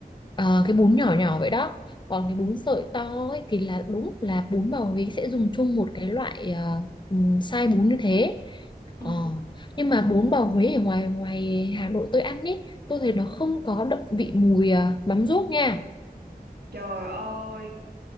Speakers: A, on the left; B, on the right.
A: Ờ, cái bún nhỏ nhỏ vậy đó. Còn cái bún sợi to ấy thì là đúng là bún bào Huế sẽ dùng chung một cái loại à, ừm, size bún như thế.
B: Ừ.
A: Ờ, nhưng mà bún bào Huế ở ngoài ngoài Hà Nội tôi ăn ấy, tôi thấy nó không có đậm vị mùi à, mắm ruốc nha.
B: Trời ơi,